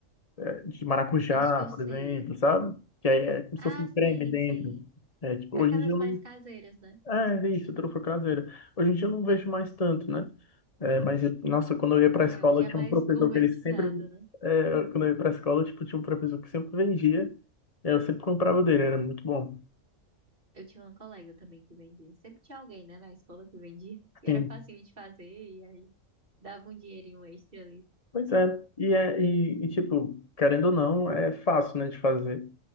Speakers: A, on the left; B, on the right.
A: é, de maracujá,
B: Acho que eu
A: por
B: sei.
A: exemplo, sabe? Que aí é como
B: Ah,
A: se fosse um
B: sei,
A: creme dentro.
B: sim.
A: É, tipo,
B: Aquelas
A: hoje em dia eu
B: mais
A: não.
B: caseiras, né?
A: É, é isso, trufa caseira. Hoje em dia eu não vejo mais tanto, né? É, mas, nossa, quando eu ia pra
B: É,
A: escola,
B: hoje é
A: tinha
B: mais
A: um professor
B: <laughs> gourmetizada,
A: que ele sempre.
B: né?
A: é, quando eu ia pra escola, tipo, tinha um professor que sempre vendia. Eu sempre comprava dele, era muito bom.
B: Eu tinha uma colega também que vendia. Sempre tinha alguém, né, na escola que vendia. Que
A: Sim.
B: era facinho de fazer e aí dava um dinheirinho extra ali.
A: Pois é. E, é, e, e, tipo, querendo ou não, é fácil, né, de fazer.